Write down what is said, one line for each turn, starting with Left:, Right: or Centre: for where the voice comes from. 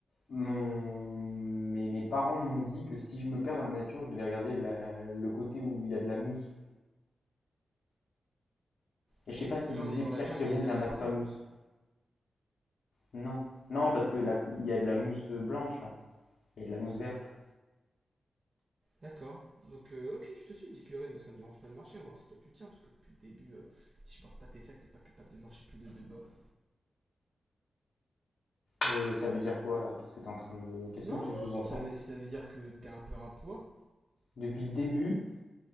Left: Mon... Mes, mes parents m'ont dit que si je me perds dans la nature, je devais regarder la- le côté où il y a de la mousse. Et
Right: Tu te
Left: je
Right: rends
Left: sais
Right: compte
Left: pas s'ils
Right: que là,
Left: me disaient
Right: on est dans
Left: pierre
Right: la jungle
Left: qui roule
Right: et il y a de la
Left: n'amasse
Right: mousse partout.
Left: pas mousse. Non, non, parce que la cou- il y a de la mousse blanche là, il y a de la mousse verte.
Right: D'accord. Donc, euh, ok, je te suis, 10 kilomètres. moi ça me dérange pas de marcher. On va voir si toi tu tiens, parce que depuis le début, euh, si je porte pas tes sacs, t'es pas capable de marcher plus de deux bornes.
Left: Euh, ça veut dire quoi là? Qu'est-ce que t'es en train de... Qu'est-ce
Right: Non,
Left: que tu sous-entends?
Right: ça veut, ça veut dire que t'es un peu un poids.
Left: Depuis le début,